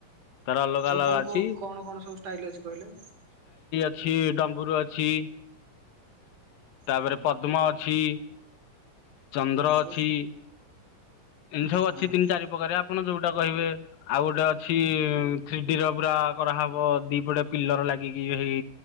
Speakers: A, on the left; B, on the right.
A: ତାର ଅଲଗା
B: ଚଉ
A: ଅଲଗା
B: କୋଉ
A: ଅଛି।
B: କୋଉ କଣ କଣ ସବୁ ଷ୍ଟାଇଲି ଅଛି କହିଲେ?
A: ଛି ଡମ୍ୱୁରୁ ଅଛି ତାପରେ
B: ହଁ
A: ପଦ୍ମ ଅଛି ଚନ୍ଦ୍ର
B: ଆଉ
A: ଅଛି ଏମିତି ସବୁ
B: ହଁ
A: ଅଛି ତିନି ଚାରି ପ୍ରକାରିଆ ଆପଣ ଯୋଉଟା କହିବେ ଆଉ ଗୋଟେ ଅଛି ଥ୍ରୀଡି ର ପୁରା କରାହବ ଦିପଟେ ପିଲର ଲାଗିକି ଏହି